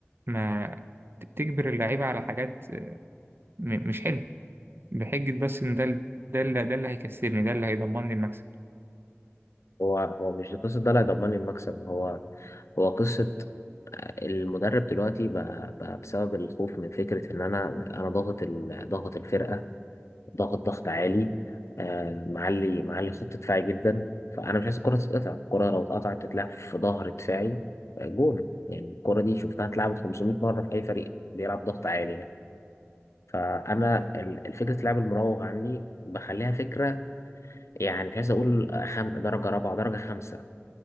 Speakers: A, on the right; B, on the left.
A: ما تجبر اللعيبة على حاجات م- مش حلوة بحجة بس إن ده ال- ده اللي ده اللي هيكسبني ده اللي هيضمن لي المكسب
B: هو هو مش قصه ده اللي هيضمن لي المكسب هو هو قصه المدرب دلوقتي بقى, بقى بسبب الخوف من فكره ان انا انا ضاغط ال... ضاغط الفرقه ضاغط ضغط عالي آه معلي معلي خط دفاعي جدا فانا مش عايز الكره تتقطع الكره لو اتقطعت تتلعب في ظهر دفاعي آه، جون يعني الكره دي شفتها اتلعبت 500 مره في اي فريق بيلعب ضغط عالي يعني. فانا ال- الفكره اللعب المراوغ عندي بخليها فكره يعني مش عايز اقول خم... درجه رابعه درجه خمسه